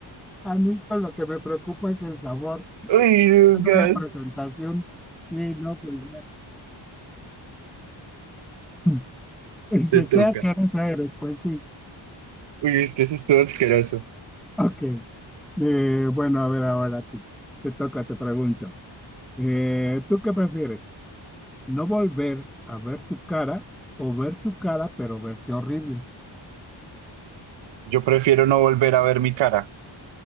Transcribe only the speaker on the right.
Uy, Lucas,
te toca.
Uy, es que eso estuvo asqueroso.
Yo prefiero no volver a ver mi cara.